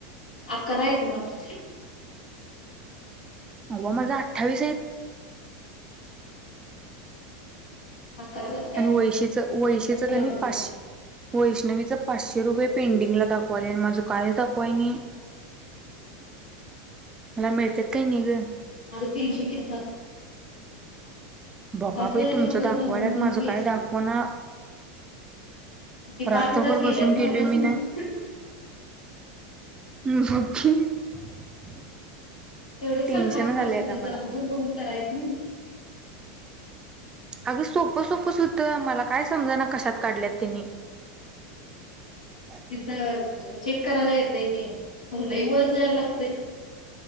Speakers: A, on the left (about 80°); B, on the right (about 20°).
A: अकरायेत मग
B: अल्ला माझं अठ्ठावीस आहे
A: अकरा झालं काय
B: आणि वैशीच वैशीचं कणी
A: एवढं बोलायचं.
B: पाचशे वैष्णवीच पाचशे रुपये पेंडिंगला दाखवाले माझं कायच दाखवाय नाही मला मिळतात काही नाही ग.
A: <unintelligible>
B: बघा
A: कसले
B: बाई तुमचं
A: उगाच
B: दाखवाल्यात
A: म्हणून
B: माझं
A: केली.
B: काय दाखव ना.
A: ती
B: रात्रभर
A: पाच हजार केल्यास
B: बसून केेलोय
A: उगाच
B: मी
A: मग.
B: ना. <unintelligible>
A: एवढे कशाला
B: टेन्शनच
A: खासफास
B: आलंय
A: केले
B: आता मला.
A: जरा बघून बघून करा येत नाही.
B: अगं सोपं सोपं सुद्धा मला काय समजा ना कशात काढल्यात तिनी. <inaudible>
A: तिथं चेक करायला येतय की हो लई वर जाया लागतय.